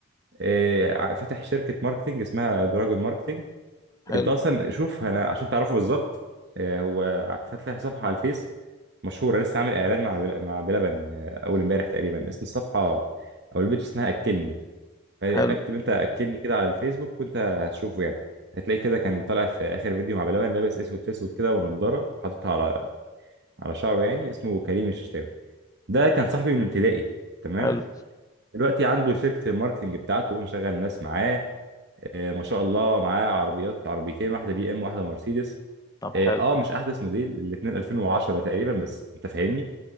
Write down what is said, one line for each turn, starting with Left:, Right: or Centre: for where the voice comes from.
Right: إيه ع- فتح شركه ماركتنج اسمها دراجون ماركتنج
Left: حلو
Right: انت اصلا شوف انا عشان تعرفه بالظبط إيه هو فاتح صفحه على الفيس مشهوره لسه عامل اعلان مع بل- مع بلبن آه، اول امبارح تقريبا اسم الصفحه او البيج اسمها اكلني فيبقى
Left: حلو
Right: اكتب انت اكدني كده على الفيسبوك وانت هتشوفه يعني هتلاقي كده كان طالع في اخر فيديو مع بلبن لابس اسود في اسود كده ونضاره حاططها على على شعره يعني اسمه كريم الششتاوي ده كان صاحبي من ابتدائي تمام
Left: حلو
Right: دلوقتي عنده شركة الماركتنج بتاعته ومشغل ناس معاه آه ما شاء الله معاه عربيات عربيتين واحدة بي ام واحدة مرسيدس
Left: طب
Right: اه
Left: حلو
Right: آه، مش احدث موديل الاتنين 2010 تقريبا بس انت فاهمني